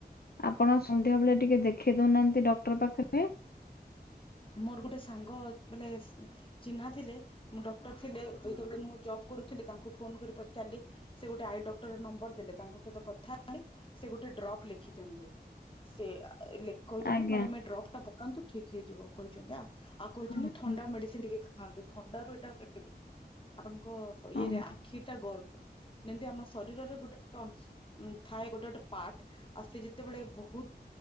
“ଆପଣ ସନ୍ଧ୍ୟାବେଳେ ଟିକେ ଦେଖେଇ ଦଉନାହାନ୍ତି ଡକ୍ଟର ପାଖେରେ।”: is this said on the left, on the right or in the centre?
Left